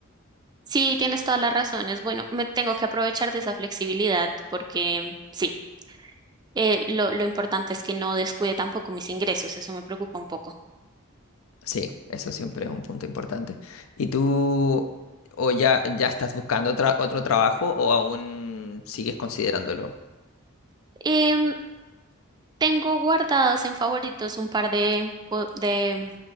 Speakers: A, on the right; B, on the left.
A: Sí, tienes todas las razones. Bueno, me tengo que aprovechar de esa flexibilidad porque sí, eh, lo, lo importante es que no descuide tampoco mis ingresos, eso me preocupa un poco.
B: Sí, eso siempre es un punto importante. ¿Y tú o ya, ya estás buscando otra- otro trabajo o aún sigues considerándolo?
A: Em, tengo guardados en favoritos un par de, pu- de,